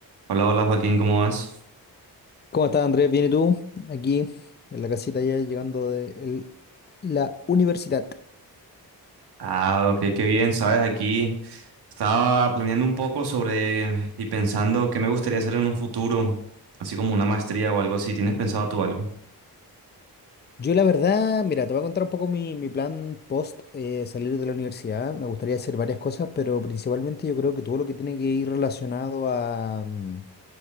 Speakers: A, on the right; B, on the left.
A: Hola, hola Joaquín, ¿cómo vas?
B: ¿Cómo estás, Andrés? ¿Bien y tú? Aquí en la casita ya llegando de el- la universidad.
A: Ah, ok, qué bien, sabes, aquí estaba planeando un poco sobre y pensando qué me gustaría hacer en un futuro, así como una maestría o algo así. ¿Tienes pensado tú algo?
B: Yo la verdad, mira, te voy a contar un poco mi, mi plan post eh, salir de la universidad. Me gustaría hacer varias cosas, pero principalmente yo creo que todo lo que tiene que ir relacionado a, mm,